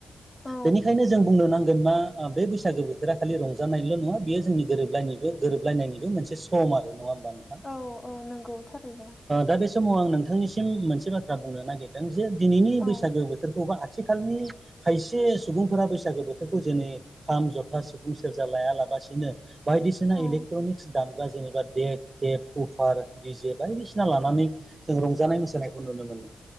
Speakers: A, on the left; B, on the right.
A: औ
B: बेनिखायनो जों बुंनो नांगोन मा आ आ बे बैसागो बोथोरा खालि रंजानायल' नङा बेयो जोंनि गोरोबलायनिबो गोरोबलायनायनिबो मोनसे सम आरो नङा बा नोंथां
A: औ औ नंगौ थारैनो
B: दा बे समाव आं नोंथांनिसिम मोनसे बाथ्रा बुंनो नागिरदों जे दिनैनि
A: औ
B: बैसागो बोथोरखौ बा थिखालनि खायसे सुबुंफोरा बैसागो बोथोर खौ जेनै खाम जथा सिफुं सेरजा लायालाबासिनो बायदिसिना
A: औ
B: इलेक्ट्रनिक्स दामग्रा जेनेबा डेक टेप उफार दिजे बायदिसिना लानानै जों रंजानाय मोसानायखौ नुनो मोनो